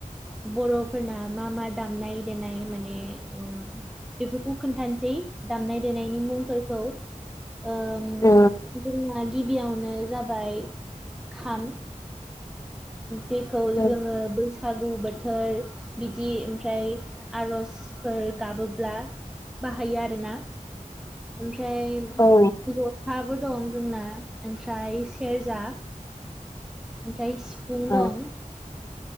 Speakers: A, in the centre; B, on the left.
A: बर'फोरना मा मा दामनाय देनाय माने माने बेफोरखौ खोन्थानोसै दामनाय देनायनि मुंफोरखौ ओम
B: औ
A: जोंना गिबियावनो जाबाय खाम जेखौ
B: औ
A: जोङो बैसागु बैसागु बोथोर बिदि ओमफ्राय आर'ज <unintelligible> गाबोब्ला बाहायो आरोना ओमफ्राय
B: औ
A: जथाबो दं जोंना ओमफ्राय सेरजा ओमफ्राय सिफुं
B: औ
A: दं